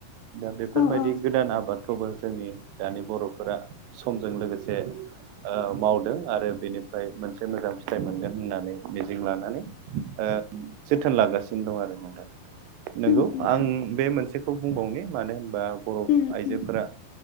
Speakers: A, on the right (about 85°); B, on the left (about 80°).
A: दा बेफोरबायदि
B: औ औ
A: गोदान आबाद खौबो जोंनि दानि बर'फोरा समजों लोगोसे ओ मावदों आरो बेनिफ्राय मोनसे मोजां फिथाइ मोनगोन होननानै मिजिं लानानै ओ जोथोन लागासिनो दं आरो नोंथां नंगौ
B: उम उम
A: आं
B: उम
A: बे मोनसेखौ बुंबावनि मानो होनबा बर'
B: उम
A: आइजोफोरा